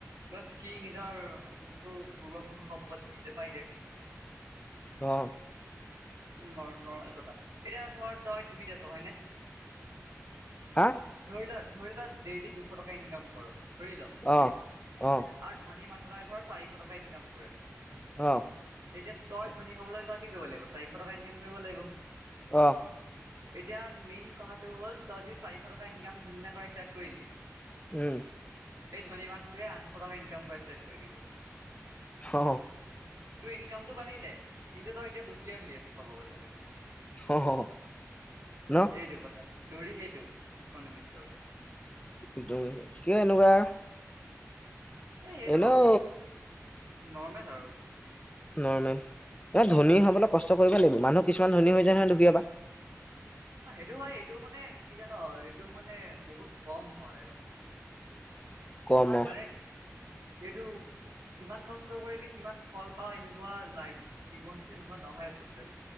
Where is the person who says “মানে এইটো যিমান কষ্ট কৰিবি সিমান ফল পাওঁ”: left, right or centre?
Right